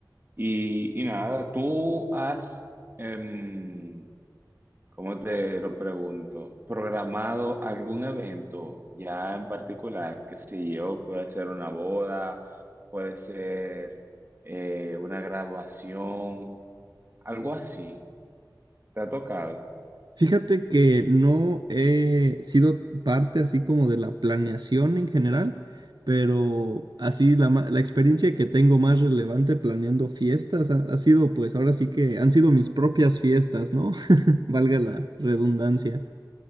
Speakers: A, on the right; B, on the right.
A: Y, y nada, tú has, em, ¿Cómo te lo pregunto? ¿Programado algún evento ya en particular? Que si yo, puede ser una boda, puede ser eh, una graduación, algo así. ¿Te ha tocado?
B: Fíjate que no he sido parte así como de la planeación en general, pero así la, ma- la experiencia que tengo más relevante planeando fiestas ha, ha sido pues ahora sí que han sido mis propias fiestas, ¿no? <laughs> Valga la redundancia.